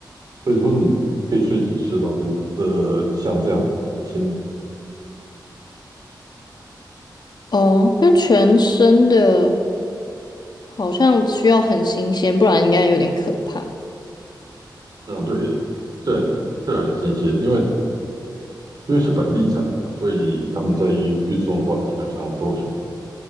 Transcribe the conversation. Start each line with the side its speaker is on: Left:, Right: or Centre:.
Right: 所以说你可以随时吃到这这像这样子的海鲜。
Left: 哦，因为全生的好像需要很新鲜，不然应该有点可怕。
Right: 嗯，对，这很这很新鲜，因为因为是本地产嘛，所以他们在运运送的话，基本上都是